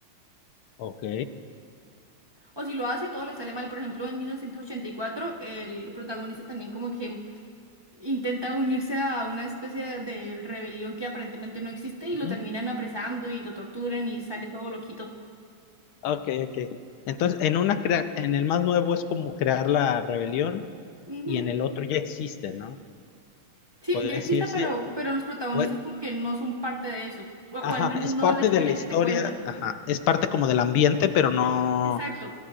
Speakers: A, on the left (about 90°); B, on the right (about 20°).
A: ok.
B: O si lo hace, todo le sale mal. Por ejemplo, en 1984, el protagonista también como que intenta unirse a una especie de rebelión que aparentemente no existe y lo
A: Ujú.
B: terminan apresando y lo torturan y sale todo loquito.
A: Ok, ok. Entonces, en una crea- en el más nuevo es como crear la rebelión
B: Ujú.
A: y en el otro ya existe, ¿no?
B: Sí,
A: Puede
B: ya existe,
A: decirse,
B: pero, pero los protagonistas
A: pues,
B: como que no son parte de eso, o, o
A: ajá,
B: al menos
A: es
B: no
A: parte
B: la historia
A: de la historia,
B: que te cuentan.
A: ajá, es parte como del ambiente, pero no,
B: Exacto,